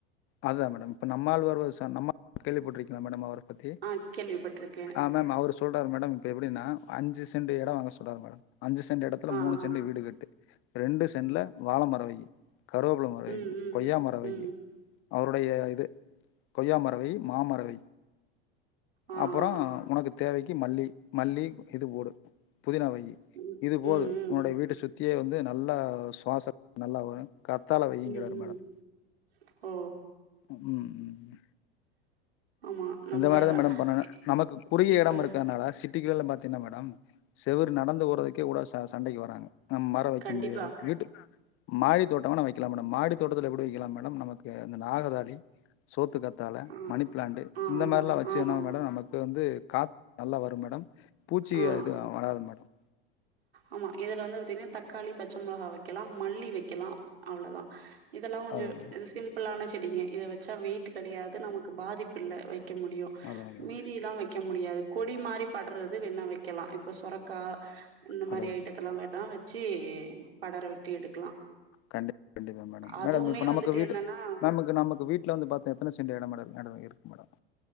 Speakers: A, on the left; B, on the right.
A: அதா மேடம் இப்ப நம்மாழ்வார் ஒருச நம்மா <inaudible> கேள்வி பட்டுருக்கி ங்களா மேடம் அவர பத்தி
B: ஆ கேள்விப்பட்டிருக்கே
A: ஆ மேம் அவரு சொல் மேடம் இப்ப எப்டினா அஞ்சி சின்டு எடம் வாங்க சொல்றாரு மேடம் அஞ்சி செண்டு எடத்துல
B: ஆ ஆ
A: மூணு செண்டுல வீடு கட்டு ரெண்டு சென்ல வாழ மரம் வையி கருவேப்பில மரம் வையி
B: ம் ம்
A: கொய்யா மர வையி
B: ம்
A: அவருடைய இது கொய்யா மரம் வை மாமரம் வை
B: ஆ
A: அப்புறம்
B: ஆ
A: ஒனக்கு தேவைக் கு மல்லி மல்லி இது போடு புதினா வையி
B: ம்
A: இதுபோதும்
B: ம் ம்
A: உன்னுடைய வீட்ட சுத் தியே வந்து நல்லா சுவாசம் நல்லா வரும் கத்தால வையிங்கிறாரு
B: ம் ம்
A: மேடம்
B: ஓ
A: ம் ம்
B: ஆமா நம்ப
A: இந்த மாரிதா மேடம் பண்ணனு
B: இ
A: நமக்கு குறுகிய
B: இப்ப
A: எடம் இருக்கறதுனால சிட் டிக்குல்ல பாத்தினா மேடம் செவுரு நடந்து போறதுக்கே கூட ச சண்டைக்கு வராங்க ம் மர வைக்க
B: கண்டிப்பா
A: முடியாது வீட்டு மாடி தோட்டோ வேனா வக்கலா மாடி தோட்டத்ல எப்டி வக்கலாம் மேடம் நமக்கு அந்த நாகதாலி சோத்துக்கத்த தால
B: ஆ
A: மணி பிளாண்டு
B: ஆ
A: இந்த மாதிரிலா
B: ஆ
A: வச்சேங்கனா
B: ஆமா
A: மேடம் நமக்கு இப்போ வந்து காத்து நல்லா வரும் மேடம் பூச்சி
B: ஆ
A: இது வராது மேடம்
B: ஆமா இதுல வந்து பாத்தீங்கனா தக்காளி பச்சை மெளகா வெக்கலா மல்லி வெக்கலாம் அவ்ளதா இதெல்லா கொஞ்சோ
A: அதுதா
B: இது சிம்பிளான செடிங்க இத வச்ச சா வெயிட் கெடயாது நமக்கு பாதிப்பு பிள்ள வை வக்க முடியு
A: அதா அதா
B: மீதியெல்லா வக்க வக்க முடியாது கொடி மாறி படற்றது வேண்ண வக்கலா இப்ப சொரக்கா இந்த
A: ஹலோ
B: மாரி ஐட்டத்தலாம் வேணா வச்சு படர விட்டு எடுக்கலாம்.
A: கண்டிப்பா கண்டிப்பா மேடம்
B: அதுவுமே
A: மேடம் இப்ப நமக்கு
B: வந்துட்டு
A: வீடு
B: என்னன்னா,
A: நமக்கு வீட்ல வந்த பாத்தா எத்தன சென்ட் எட மேடம் இருக்கு மேடம்